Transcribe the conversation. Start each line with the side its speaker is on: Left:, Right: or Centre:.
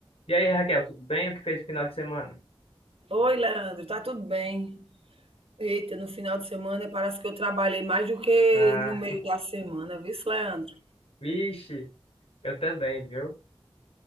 Left: E aí, Raquel, tudo bem? O que fez no final de semana?
Right: Oi, Leandro, tá tudo bem? Eita, no final de semana parece que eu trabalhei mais do que
Left: Ah,
Right: no meio da semana, viu, Leandro?
Left: vixe, eu também, viu?